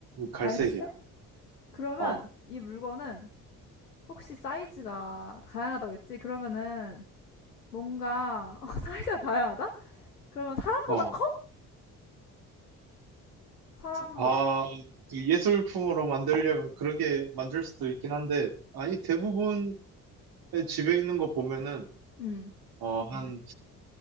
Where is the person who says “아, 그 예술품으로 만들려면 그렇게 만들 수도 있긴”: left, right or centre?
Right